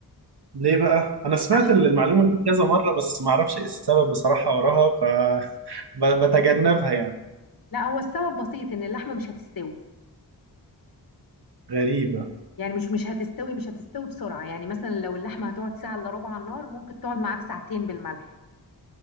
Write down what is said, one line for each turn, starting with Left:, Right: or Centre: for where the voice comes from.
Right: ليه بقى؟ أنا سمعت
Left: عشان
Right: المعلومة دي كذا مرة بس معرفش إيه السبب بصراحة وراها فبتجنبها <laughs> يعني
Left: لا هو السبب بسيط ان اللحمة مش هتستوي
Right: غريبة
Left: يعني مش مش هتستوي مش هتستوي بسرعة يعني مثلا لو اللحمة هتقعد ساعة إلا ربع على النار ممكن تقعد معاك ساعتين بالملح